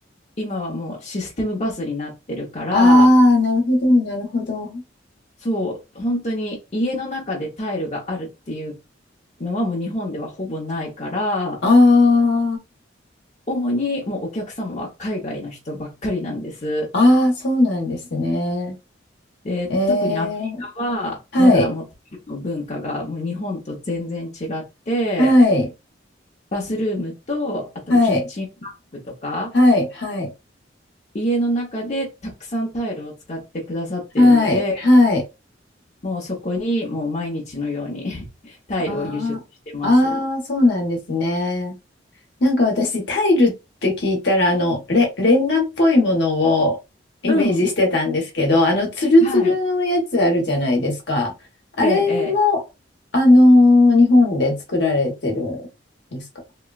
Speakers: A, on the left (about 40°); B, on the left (about 65°).
A: 今はもうシステムバスになってるから、
B: ああ、なるほど。なるほど。
A: そう、本当に家の中でタイルがあるっていうのはもう日本ではほぼないから、
B: あ
A: 主にもうお客様は海外の人ばっかりなんです。
B: あ、ああ、そうなんですね。
A: で、
B: ええ、
A: 特にアメリカはまだもうタイルの文化がもう日本と全然違って、
B: はい。はい。
A: バスルームと、あとキッチンバッグとか、
B: はい。はい、はい、
A: 家の中でたくさんタイルを使ってくださってるので、
B: はい、はい。
A: もうそこにもう毎日のように <laughs> タイルを輸出してます。
B: ああ、ああ、そうなんですね。なんか私、タイルって聞いたら、あの、レ、レンガっぽいものをイメージしてたんですけど、
A: うん。
B: あの、ツルツルのやつあるじゃないですか。
A: はい。
B: あれも、
A: ええ、ええ。
B: あのー日本で作られてるんですか。